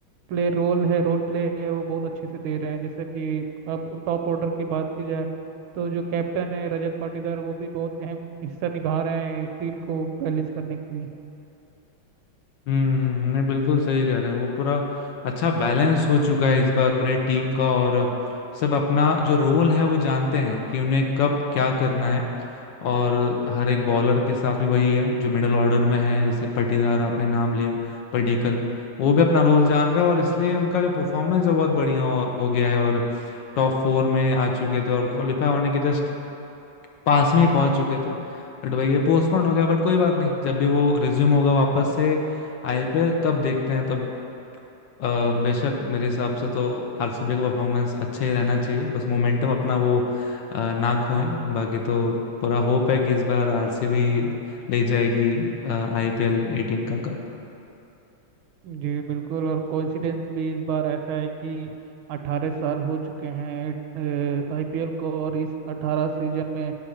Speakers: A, on the right; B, on the left.
A: प्ले रोल है रोल प्ले है वो बहुत अच्छे से दे रहे हैं जैसे कि अब टॉप ऑर्डर की बात की जाए तो जो कैप्टन है रजत पाटीदार वो भी बहुत अहम हिस्सा निभा रहे हैं टीम को बैलेंस करने के लिए
B: हम्म हम्म, नहीं बिल्कुल सही कह रहे हैं वो पूरा अच्छा बैलेंस हो चुका है इस बार पूरे टीम का और सब अपना जो रोल है वो जानते हैं कि उन्हें कब क्या करना है और हर एक बॉलर के साथ भी वही है जो मिडिल ऑर्डर में है जैसे पटीदार आपने नाम लिया पडिक्कल वो भी अपना रोल जान रहे हैं और इसलिए उनका जो परफॉर्मेंस है बहुत बढ़िया हो, हो गया है और टॉप फोर में आ चुके थे और क्वालिफाई होने के जस्ट पास में ही पहुंच चुके थे बट वही है पोस्टपोन हो गया बट कोई बात नहीं जब भी वो रिज्यूम होगा वापस से आईपीएल तब देखते हैं तब अ, बेशक मेरे हिसाब से तो आरसीबी का परफॉर्मेंस अच्छा ही रहना चाहिए बस मोमेंटम अपना वो अ, ना खोएं बाकी तो पूरा होप है कि इस बार आरसीबी ले जाएगी आईपीएल एटीन का कप
A: जी बिल्कुल और कोइंसिडेंस भी इस बार ऐसा है कि 18 साल हो चुके हैं आईपीएल को और इस 18 सीजन में